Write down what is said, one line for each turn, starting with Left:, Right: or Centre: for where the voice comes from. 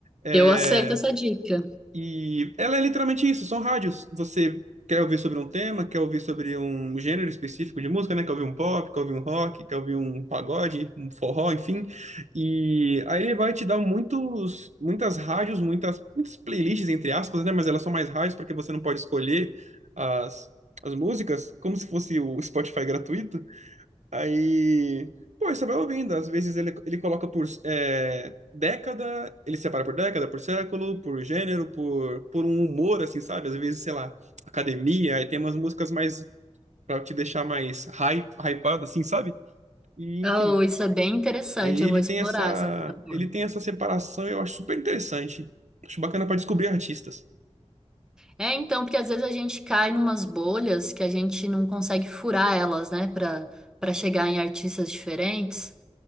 Right: É,
Centre: Eu aceito essa dica.
Right: e ela é literalmente isso, são rádios. Você quer ouvir sobre um tema, quer ouvir sobre um gênero específico de música, né? Quer ouvir um pop, quer ouvir um rock, quer ouvir um pagode, um forró, enfim. E aí ele vai te dar muitos, muitas rádios, muitas, muitas playlists, entre aspas, né? Mas elas são mais rádios porque você não pode escolher as, as músicas, como se fosse o Spotify gratuito. Aí, pô, aí você vai ouvindo. Às vezes ele, ele coloca por é, década, ele separa por década, por século, por gênero, por, por um humor, assim, sabe? Às vezes, sei lá, academia, aí tem umas músicas mais pra te deixar mais hype, hypado, assim, sabe? E, enfim,
Centre: Oh, isso é bem interessante,
Right: aí ele
Centre: eu vou explorar
Right: tem essa,
Centre: essa plataforma.
Right: ele tem essa separação, eu acho super interessante. Acho bacana pra descobrir artistas.
Centre: É, então, porque às vezes a gente cai numas bolhas que a gente não consegue furar elas, né, Para para chegar em artistas diferentes.